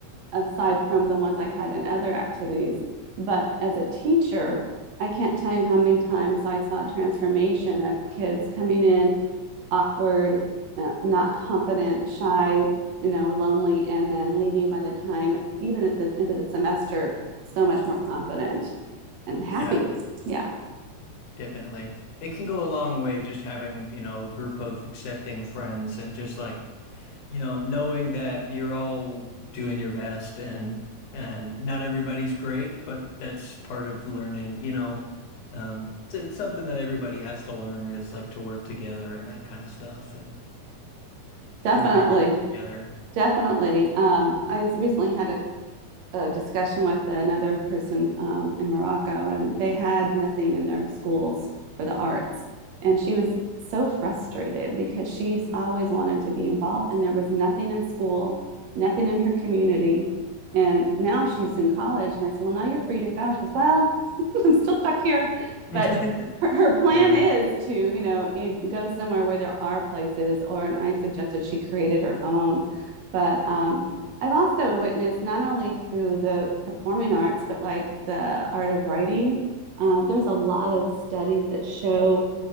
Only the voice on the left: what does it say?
Yeah,
definitely. It can go a long way just having, you know, a group of accepting friends and just like, you know, knowing that you're all doing your best and and not everybody's great, but that's part of learning, you know. Um, it's, it's something that everybody has to learn is like to work together and that kind of stuff and
really brings people together.
<laughs>
Yeah,